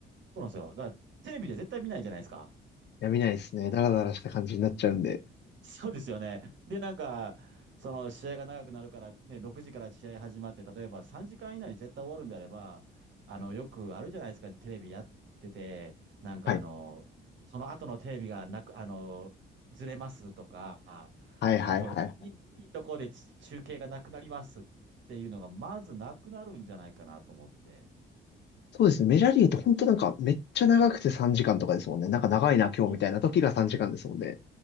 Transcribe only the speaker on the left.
やめないですね。ダラダラした感じになっちゃうんで。
はい。
はいはいはい。
そうですね。メジャーリーグって本当なんかめっちゃ長くて3時間とかですもんね。なんか長いな今日みたいな時が3時間ですもんね。